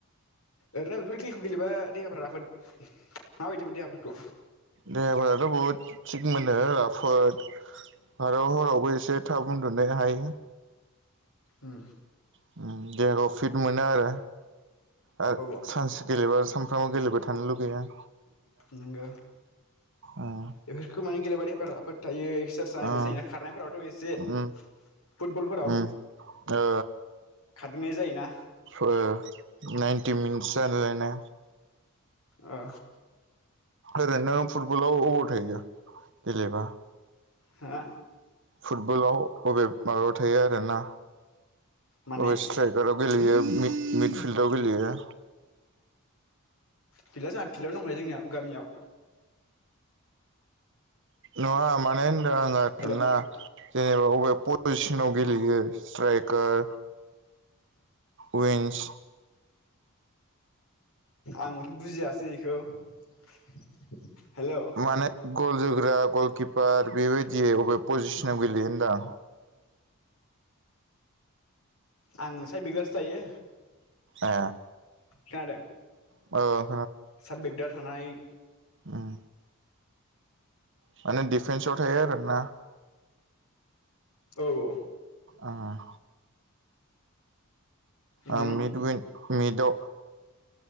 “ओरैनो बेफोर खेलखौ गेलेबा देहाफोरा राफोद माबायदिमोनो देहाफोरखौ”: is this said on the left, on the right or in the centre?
Left